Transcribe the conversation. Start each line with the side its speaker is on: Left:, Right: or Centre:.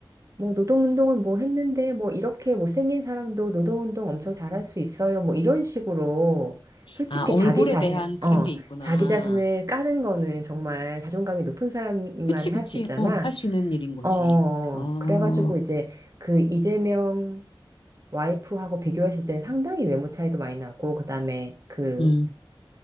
Right: 뭐 노동운동을 뭐 했는데 뭐 이렇게 못생긴 사람도 노동운동 엄청 잘할 수 있어요 뭐 이런 식으로 솔직히
Left: 아, 얼굴에
Right: 자기 자신
Left: 대한
Right: 어
Left: 그런 게 있구나.
Right: 자기 자신을 까는 거는 정말 자존감이 높은 사람만이
Left: 그치, 그치.
Right: 할 수 있잖아
Left: 어, 할 수 있는 일인 거지.
Right: 어
Left: 어,
Right: 그래가지고 이제 그 이재명 와이프하고 비교했을 때는 상당히 외모 차이도 많이 나고 그다음에 그
Left: 음.